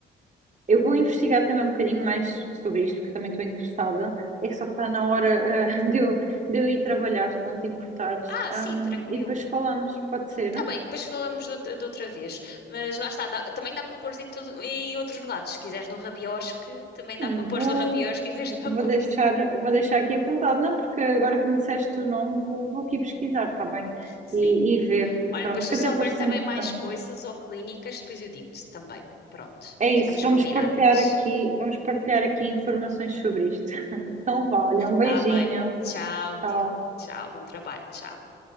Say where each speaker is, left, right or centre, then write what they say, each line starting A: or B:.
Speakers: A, on the right (about 40°); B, on the left (about 55°).
A: Eu vou investigar também um bocadinho mais sobre isto, porque também estou interessada. É que só que está na hora, eh, <laughs> de eu, de eu ir trabalhar, se não te importares.
B: Ah,
A: Ahm,
B: sim, tranquilo.
A: e depois falamos, pode ser?
B: Tá bem, depois falamos de outra, de outra vez. Mas lá está, dá- também dá para pôr em, todo- em outros lados. Se quiseres no rabiosque, também dá
A: Hum,
B: para pôr
A: vou,
B: no rabiosque em vez da
A: vou
B: mão.
A: deixar, vou deixar aqui apontado, não? Porque agora que me disseste o nome, vou, vou aqui pesquisar, está bem?
B: <laughs> Sim.
A: E, e ver.
B: Olha,
A: Pronto,
B: depois se
A: que
B: eu souber
A: até pareceu
B: também
A: interessante.
B: mais coisas ou clínicas, depois eu digo-te também. Pronto,
A: É isso,
B: ficamos
A: vamos
B: combinadas.
A: partilhar aqui, vamos partilhar aqui informações sobre isto. <laughs> Então vá, olha, um beijinho.
B: Tá bem. Tchau.
A: Tchau.
B: Di- Tchau, bom trabalho. Tchau.